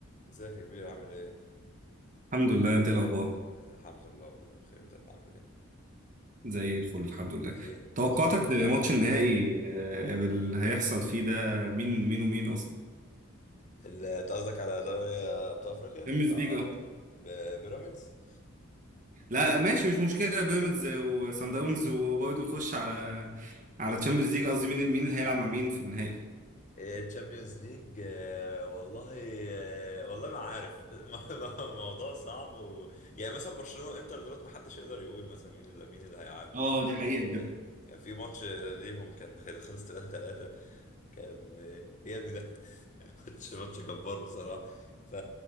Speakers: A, on the left (about 35°); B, on the right (about 40°).
A: ازيك يا كبير عامل ايه؟
B: الحمد لله انت ايه الاخبار
A: الحمد لله والله بخير انت اللي عامل ايه؟
B: زي الفل الحمد لله
A: فين
B: توقعاتك
A: فينك
B: لماتش
A: يا عم؟
B: النهائي آه، اللي هيحصل فيه ده مين مين ومين اصلا
A: ال- انت قصدك على دوري ابطال افريقيا بتاع
B: بيراميدز ليج اه
A: ب... ب... بيراميدز؟
B: لا ماشي مش مشكله بيراميدز وصن داونز وبرضه نخش على على تشامبيونز ليج قصدي مين مين اللي هيلعب مع مين في النهائي
A: إيه، تشامبيونز ليج آه، والله آه، والله ما عارف <laughs> الموضوع صعب و... يعني مثلا برشلونة وانتر دولت ما حدش يقدر يقول مثلا مين اللي مين اللي هيعدي
B: اه دي حقيقة بجد
A: كان كان في ماتش ليهم كان كان خلص 3 3 كان إيه يا ابني ده <laughs> ماتش ماتش جبار بصراحة ف...